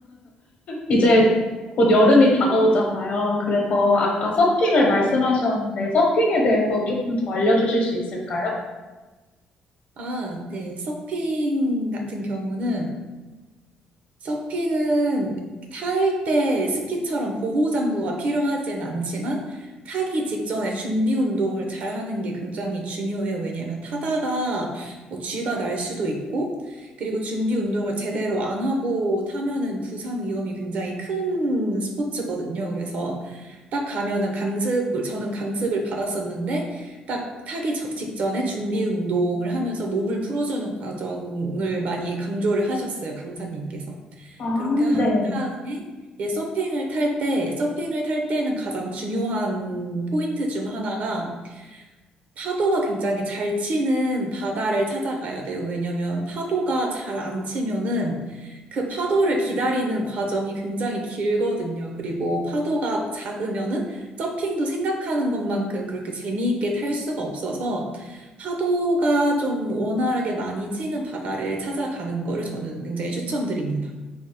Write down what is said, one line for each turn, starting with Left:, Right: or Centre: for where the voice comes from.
Left: 이제 곧 여름이 다가오잖아요. 그래서 아까 서핑을 말씀하셨는데 서핑에 대해서 조금 더 알려주실 수 있을까요?
Right: 아, 네. 서핑 같은 경우는 서핑은 탈 때 스키처럼 보호장구가 필요하진 않지만 타기 직전에 준비 운동을 잘 하는 게 굉장히 중요해요. 왜냐하면 타다가 뭐 쥐가 날 수도 있고, 그리고 준비 운동을 제대로 안 하고 타면은 부상 위험이 굉장히 큰 스포츠거든요. 그래서 딱 가면은 강습을, 저는 강습을 받았었는데, 딱 타기 적- 직전에 준비 운동을 하면서 몸을 풀어주는 과정을 많이 강조를 하셨어요, 강사님께서.
Left: 아,
Right: 그렇게 한
Left: 네.
Right: 다음에 예, 서핑을 탈 때, 서핑을 탈 때는 가장 중요한 포인트 중 하나가 파도가 굉장히 잘 치는 바다를 찾아가야 돼요. 왜냐면 파도가 잘 안 치면은 그 파도를 기다리는 과정이 굉장히 길거든요. 그리고 파도가 작으면은 서핑도 생각하는 것만큼 그렇게 재미있게 탈 수가 없어서 파도가 좀 원활하게 많이 치는 바다를 찾아가는 거를 저는 굉장히 추천드립니다.